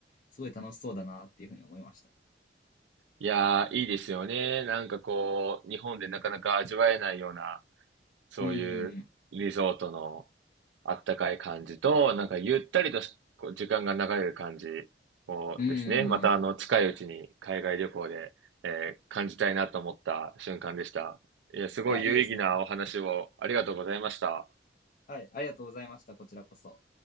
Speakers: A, on the left; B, on the right.
A: すごい楽しそうだなっていうふうに思いました。
B: いやー、いいですよね。なんかこう、日本でなかなか味わえないようなそういうリゾートの
A: うんうん
B: あったかい感じと、なんかゆったりと時間が流れる感じもですね、
A: うん。うんうんうん。
B: またあの近いうちに海外旅行で、えー感じたいなと思った瞬間でした。いや、すごい有意義なお話をありがとうございました。
A: いや、いいですね。はい、ありがとうございました。こちらこそ。